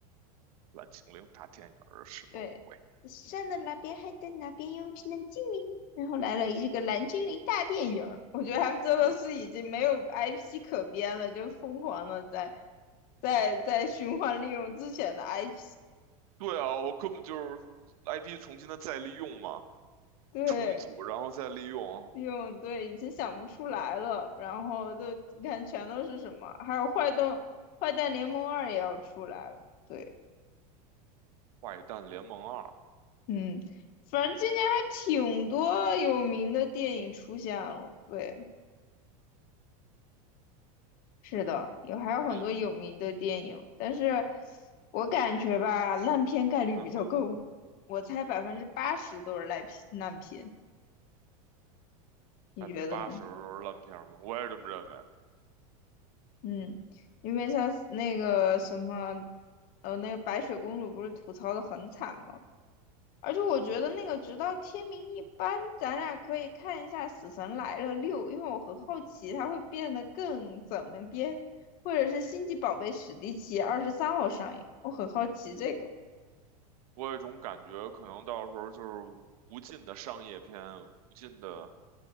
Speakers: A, on the right; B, on the left.
A: 蓝精灵大电影儿什么鬼？
B: 对，山的那边海的那边有一只蓝精灵，然后来了一个蓝精灵大电影儿我觉得他们真的是已经没有
A: 对
B: IP 可编了，就疯狂的在在在循环利用之前的 IP。
A: 对啊，我根本就是 IP 重新的再利用嘛，
B: <laughs> 对。
A: 重组然后再利用
B: 哟，对，已经想不出来了。然后就你看，全都是什么？还有坏蛋，坏蛋联盟二也要出来了。对，
A: 《坏蛋联盟二》
B: 嗯，反正今年还挺多有名的电影出现了。对，是的，有还有很多有名的电影，
A: 这么一说，
B: 但是我感觉吧，烂片概率比较高，
A: 嗯哼，
B: 我猜百分之八十都是烂片，烂片，你觉得呢？
A: 百分之八十烂片儿嘛，我也这么认为。
B: 嗯，因为像那个什么，呃，那个白雪公主不是吐槽的很惨吗？而且我觉得那个直到天明一般，咱俩可以看一下《死神来了六》，因为我很好奇它会变得更怎么编，或者是《星际宝贝史迪奇》二十三号上映，我很好奇这个。
A: 我有一种感觉，可能到时候就是无尽的商业片，无尽的